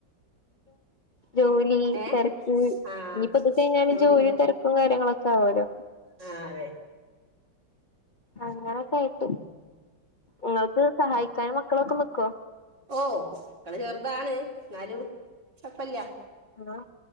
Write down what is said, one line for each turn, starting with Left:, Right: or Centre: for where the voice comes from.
Left: ജോലി ലി
Right: ഏ
Left: തെരക്ക്
Right: ആ
Left: നി പ്പൊ തൊക്കെ കഴിഞ്ഞാല്
Right: ജോലി
Left: ജോലിയും, തെരക്കും കാര്യങ്ങളൊക്കെ ആവോലൊ.
Right: ആഹ് അതെ.
Left: അങ്ങനൊക്കെ ആയിട്ട്. ങ്ങൾക്ക് സഹായിക്കാനും മക്കളൊക്കെ നിക്കൊ?
Right: ഓഹ്. പ്പൊന്ന് ചെർതാണ് ന്നാലും കൊഴപ്പല്ല്യാ.
Left: ആഹ്